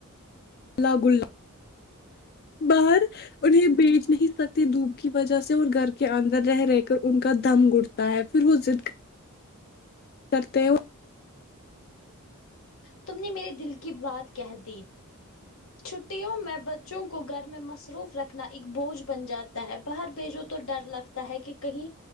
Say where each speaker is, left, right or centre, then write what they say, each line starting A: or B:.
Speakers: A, on the left (about 45°); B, on the left (about 65°).
A: اللہ گل باہر انہیں بیچ نہیں سکتے دھوپ کی وجہ سے اور گھر کے اندر رہ رہ کر ان کا دم گڑتا تا ہے پھر وہ ضد کرتے ہو
B: تم نے میرے دل کی بات کہہ دی چھٹیوں میں بچوں کو گر میں مصروف رکھنا ایک بوجھ بن جاتا ہے باہر بیجو تو ڈر لگتا ہے کہ کہیں